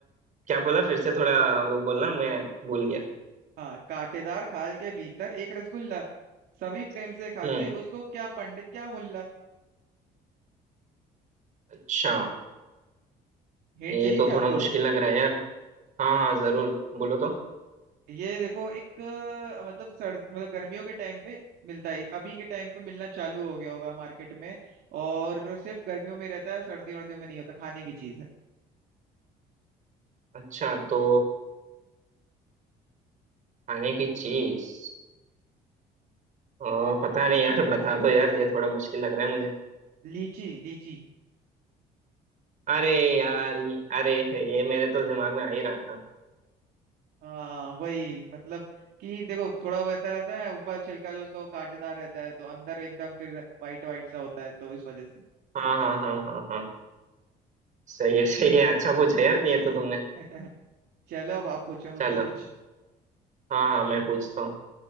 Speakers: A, on the right; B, on the right.
A: क्या
B: <laughs>
A: बोला फिर से थोड़ा वो बोलना मैं भूल गया
B: हाँ कांटेदार खाल के भीतर एक रसगुल्ला सभी प्रेम से खाते
A: हम्म
B: उसको क्या पंडित क्या मुल्ला
A: अच्छा
B: हिंट
A: ये
B: चाहिए
A: तो
B: क्या
A: थोड़ा
B: आपको
A: मुश्किल लग रहा है यार हाँ हाँ जरूर बोलो तो
B: ये देखो एक अ, मतलब सर्द मतलब गर्मियों के टाइम पे मिलता है अभी के टाइम पे मिलना चालू हो गया होगा मार्केट में और सिर्फ गर्मियों में रहता है सर्दियों वर्दियों में नहीं होता खाने की चीज है
A: अच्छा तो खाने की चीज आ, पता नहीं यार <laughs> बता दो यार ये थोड़ा मुश्किल लग रहा है मुझे
B: लीची लीची
A: अरे यार ये अरे ये मेरे तो दिमाग में आ ही रहा था
B: हाँ वही मतलब कि देखो थोड़ा वहता रहता है ऊपर छिलका जो उसका वो कांटेदार रहता है तो अंदर एकदम फिर वाइट वाइट सा होता है तो इस वजह से
A: हाँ हाँ हाँ हाँ हाँ सही है सही है अच्छा पूछा यार ये तो तुमने
B: <laughs> चलो अब आप पूछो मुझसे
A: चलो
B: कुछ
A: हाँ हाँ मैं पूछता हूँ